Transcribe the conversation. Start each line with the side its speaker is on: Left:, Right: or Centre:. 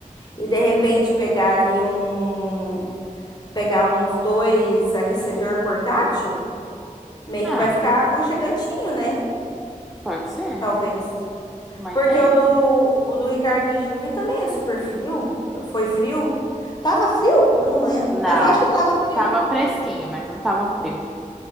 Left: e de repente pegar ali um, pegar uns dois aquecedor portátil, Meio
Centre: Ah,
Left: que vai ficar aconchegantinho, né?
Centre: pode ser.
Left: Talvez.
Centre: Uma
Left: Porque
Centre: ideia.
Left: o do, o do Ricardo em junho também é super frio. Foi frio? Tava frio? Eu não lembro.
Centre: Não.
Left: Mas eu acho que tava frio.
Centre: Tava fresquinho, mas não tava frio.